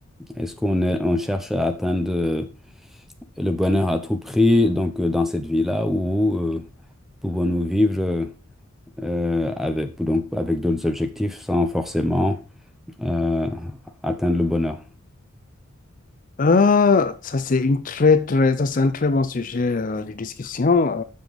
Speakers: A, in the centre; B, on the left.
A: Est-ce qu'on est- on cherche à atteindre euh, le bonheur à tout prix donc euh, dans cette vie-là ou euh, pouvons-nous vivre euh, avec donc avec d'autres objectifs sans forcément euh, atteindre le bonheur.
B: Euh, ça, c'est une très, très, ça, c'est un très bon sujet euh, de discussion.